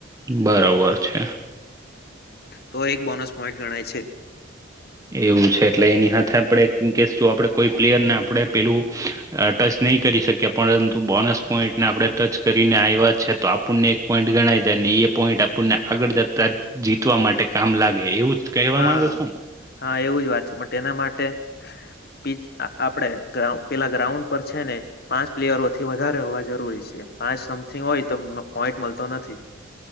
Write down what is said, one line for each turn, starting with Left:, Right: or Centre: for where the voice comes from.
Right: બરોબર છે.
Left: તો એક બોનસ પોઈન્ટ ગણાય છે.
Right: એવું છે. એટલે એની હાથે આપણેે કેશું આપડે કોઈ પ્લેયરને આપડે પેલું આ ટચ નહી કરી શકીએ. પરંતુ બોનસ પોઈન્ટને આપણે ટચ કરીને આવ્યા છે તો આપણને એક પોઈન્ટ ગણાય જાય. ને એ પોઈન્ટ આપણને આગળ જતા જીતવા માટે કામ લાગે. એવુંજ કહેવા માંગો?
Left: હા હા એવું જ વાત છે, પણ તેના માટે બીજ આપડે ગ્રાઉ પેલા ગ્રાઉન્ડ પર છે ને પાંચ પ્લેયરો થી વધારે હોવા જો હોઈ શે. પાંચ સમથિંગ હોય તો પોઈન્ટ મળતો નથી.